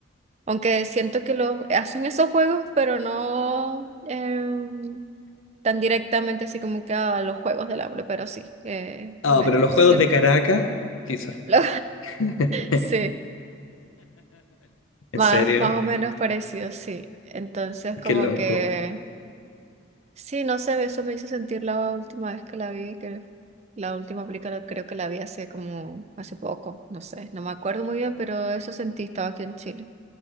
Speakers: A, on the right; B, on the left.
A: Aunque siento que los hacen esos juegos, pero no em, tan directamente así como que a los juegos del hambre, pero sí, eh,
B: Ah,
A: una,
B: pero los
A: sien-
B: juegos de Caracas, quizá.
A: <laughs> lo-
B: <laughs>
A: sí,
B: En
A: más,
B: serio,
A: más o menos parecido, sí. Entonces como
B: qué loco.
A: que... Sí, no sé, eso me hizo sentir la última vez que la vi, que la última película creo que la vi hace como, hace poco, no sé, no me acuerdo muy bien, pero eso sentí, estaba aquí en Chile.